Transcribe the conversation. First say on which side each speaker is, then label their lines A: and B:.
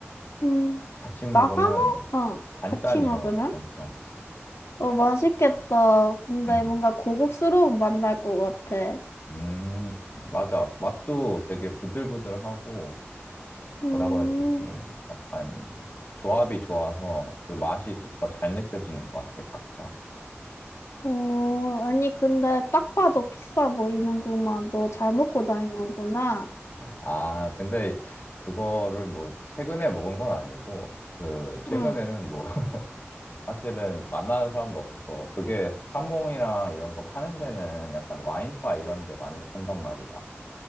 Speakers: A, on the left (about 85°); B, on the left (about 50°).
A: 음.
B: 같이 먹으면
A: 나 하모? 어,
B: 단짠이요.
A: 같이 먹으면?
B: 단짠.
A: 어, 맛있겠다. 근데
B: 음.
A: 뭔가 고급스러운 맛날 것 같아.
B: 음, 맞아. 맛도 되게 부들부들하고
A: 음.
B: 뭐라고 해야 되지? 약간 조합이 좋아서 그 맛이 좀 더 잘 느껴지는 것 같아, 각자.
A: 어, 아니, 근데 딱 봐도 비싸 보이는구만. 너 잘 먹고 다니는구나.
B: 아, 근데 그거를 뭐 최근에 먹은 건 아니고 그 최근에는
A: 응.
B: 뭐 <laughs> 사실은 만나는 사람도 없어서 그게 하몽이랑 이런 거 파는 데는 약간 와인바 이런 데 많이 판단 말이야.